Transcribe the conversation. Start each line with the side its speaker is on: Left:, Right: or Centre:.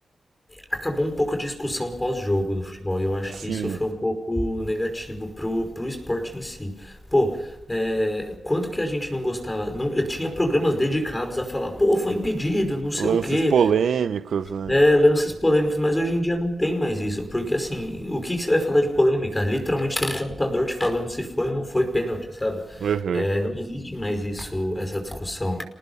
Left: acabou um pouco a discussão pós-jogo do futebol. E eu acho
Right: Sim.
Left: que isso foi um pouco negativo pro, pro esporte em si. Pô, é, quanto que a gente não gostava? Não, eu tinha programas dedicados a falar, pô, foi impedido, não sei
Right: Lances
Left: o quê.
Right: polêmicos, né?
Left: É, lances polêmicos, mas hoje em dia não tem mais isso, porque assim, o que que você vai falar de polêmica? Literalmente tem um computador te falando se foi ou não foi pênalti, sabe?
Right: Aham.
Left: É, não existe mais isso, essa discussão.